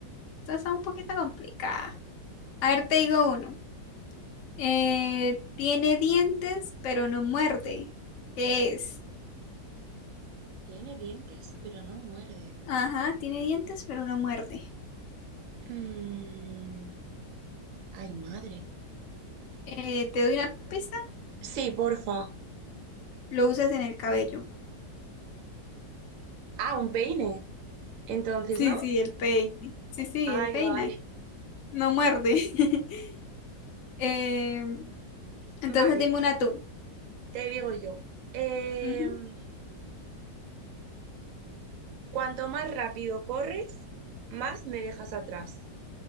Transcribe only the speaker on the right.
Tiene dientes, pero no muerde.
Mm, ay, madre.
Sí, porfa.
Ah, un peine. Entonces,
¿no?
Ay,
vale.
Vale,
te digo yo. Em,
cuanto más rápido corres, más me dejas atrás.